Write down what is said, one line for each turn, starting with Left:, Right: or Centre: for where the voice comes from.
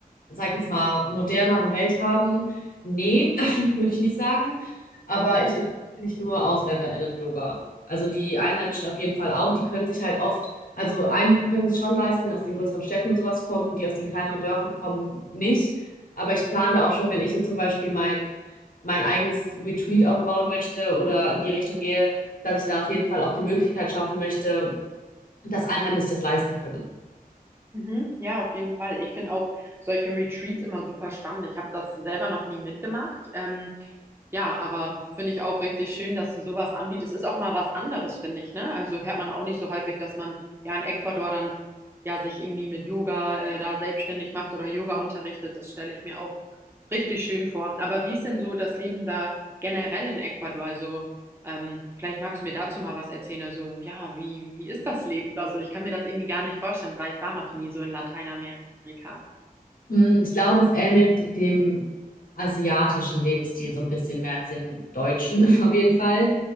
Left: sag ich jetzt mal, moderneren Welt haben? Nee, <laughs> würde ich nicht sagen. Aber ich unterrichte nicht nur AusländerInnen Yoga. Also die Einheimischen auf jeden Fall auch. Die können sich halt oft, also einige können sich schon leisten, die aus den größeren Städten und sowas kommen, die aus den kleineren Dörfern kommen nicht. Aber ich plane da auch schon, wenn ich so zum Beispiel mein, mein eigenes Retreat aufbauen möchte oder in die Richtung gehe, dass ich da auf jeden Fall auch die Möglichkeit schaffen möchte, dass Einheimische das leisten können.
Right: Mhm. Ja, auf jeden Fall. Ich finde auch solche Retreats immer super spannend. Ich habe das selber noch nie mitgemacht. Ähm, ja, aber finde ich auch richtig schön, dass du sowas anbietest. Ist auch mal was anderes, finde ich, ne? Also hört man auch nicht so häufig, dass man ja in Ecuador dann ja sich irgendwie mit Yoga äh, da selbstständig macht oder Yoga unterrichtet. Das stelle ich mir auch richtig schön vor. Aber wie ist denn so das Leben da generell in Ecuador? Also ähm, vielleicht magst du mir dazu mal was erzählen. Also, ja, wie, wie ist das Leben da so? Ich kann mir das irgendwie gar nicht vorstellen, weil ich war noch nie so in Lateinamerika.
Left: Hm, ich glaube, es ähnelt dem asiatischen Lebensstil so ein bisschen mehr als den deutschen, <laughs> auf jeden Fall.